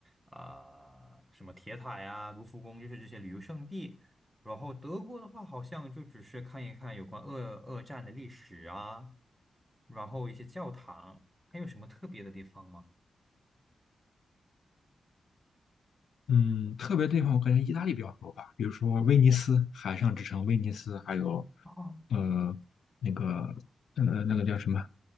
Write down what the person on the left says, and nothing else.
嗯，特别地方我感觉意大利比较多吧，比如说威尼斯海上之城威尼斯，还有
呃那个呃那个叫什么